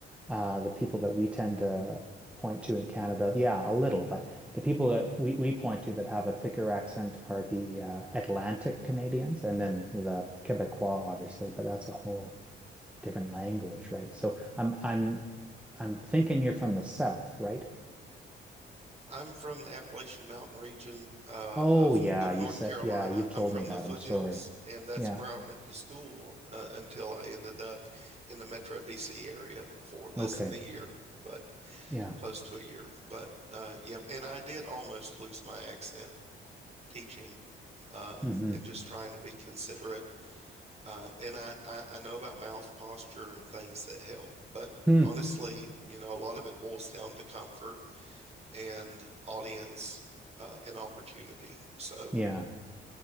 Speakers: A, in the centre; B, on the right (about 30°).
A: Uh, the people that we tend to point to in Canada, yeah, a little, but the people that we, we point to that have a thicker accent are the uh, Atlantic Canadians and then the Quebecois, obviously, but that's a whole different language, right? So I'm I'm I'm thinking you're from the South, right?
B: I'm from the Appalachian Mountain region uh,
A: Oh
B: of
A: yeah,
B: of
A: you
B: North
A: said
B: Carolina.
A: yeah, you've told
B: I'm from
A: me that.
B: the foothills,
A: I'm sorry.
B: and that's
A: Yeah.
B: where I went to school uh, until I ended up in the Metro DC area for less
A: Okay.
B: than a year, but
A: Yeah.
B: close to a year. But uh, yeah, and I did almost lose my accent teaching um,
A: hmm
B: and just trying to be considerate. Um, and I, I I know about mouth posture and things that help, but
A: Hmm.
B: honestly, you know, a lot of it boils down to comfort and audience uh, an opportunity. So,
A: Yeah.